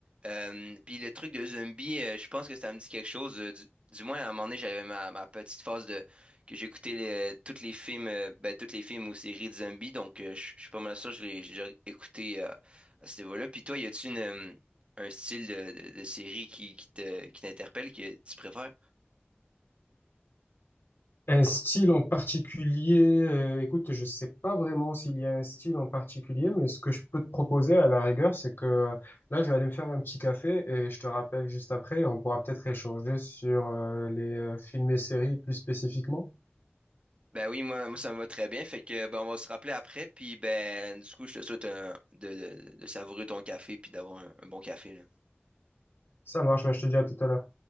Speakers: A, on the right; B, on the left.
A: Euh, puis le truc de zombie, euh, je pense que ça me dit quelque chose. euh, du, du moins, à un moment donné, j'avais ma, ma petite phase de que j'écoutais les, tous les films, euh, ben, tous les films ou séries de zombies. Donc, euh, je je suis pas mal sûr, que je l'ai j'ai déjà écouté euh, à ce niveau-là. Puis toi, y a-tu une, euh, un style de, de, de série qui, qui te, qui t'interpelle, que tu préfères?
B: Un style en particulier, euh, écoute, je sais pas vraiment s'il y a un style en particulier, mais ce que je peux te proposer à la rigueur, c'est que euh, là, je vais aller me faire un petit café et je te rappelle juste après, et on pourra peut-être échanger sur euh, les euh, films et séries plus spécifiquement.
A: Ben oui, moi, moi, ça me va très bien. Fait que ben, on va se rappeler après. Puis ben du coup, je te souhaite un- de, de, de savourer ton café puis d'avoir un, un bon café. là.
B: Ça marche, ouais, je te dis à tout à l'heure.